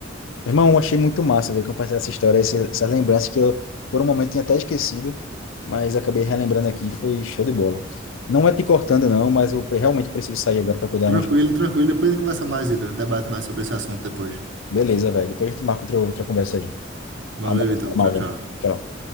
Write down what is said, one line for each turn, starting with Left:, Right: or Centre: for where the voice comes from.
Left: Meu Irmão, eu achei muito massa, velho, compartilhar essa história, esse- essas lembranças que eu, por um momento, tinha até esquecido, mas acabei relembrando aqui. Foi show de bola. Não é te cortando, não, mas eu pre- realmente preciso sair agora para cuidar
Right: Tranquilo,
Left: umas...
Right: tranquilo. Depois a gente conversa mais, Ítalo. A gente debate mais sobre esse assunto depois.
Left: Beleza, velho. Depois a gente marca outra, outra conversa aí.
Right: Valeu,
Left: Um abraço,
Right: Ítalo.
Left: até
Right: Tchau,
Left: mais,
Right: tchau.
Left: velho. Tchau.